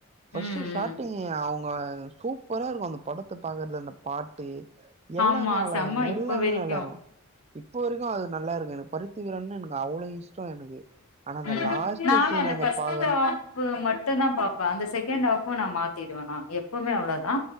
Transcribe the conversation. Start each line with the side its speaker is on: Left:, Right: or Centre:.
Right: ஃபர்ஸ்ட்
Left: ம்
Right: ஸ்டார்ட்டிங்
Left: ம்
Right: அவங்க சூப்பரா இருக்கு அந்த படத்தை பாக்கறது அந்த பாட் டு எல்லாமே
Left: ஆமா
Right: அழகா
Left: செம்ம இப்ப
Right: எல்லாமே
Left: வரைக்கு
Right: நல்லா இருக்கு இப்ப வரைக்கு அது நல்லா இருக்கு எனக்கு பருத்தி விரன்னா எனக்கு அவ்ளோ இஷ்டோ எனக்கு ஆனா அந்த
Left: ம்
Right: லாஸ்ட்
Left: நானு
Right: சீன்
Left: அந்த
Right: அங்க
Left: ஃபர்ஸ்ட்
Right: பாக்கற
Left: ஹாஃப் மட்டுந்தா பாப்பே அந்த செகண்ட் ஹாஃப் நா மாத்திடுவே நானு எப்பவுமே அவ்வளவுதா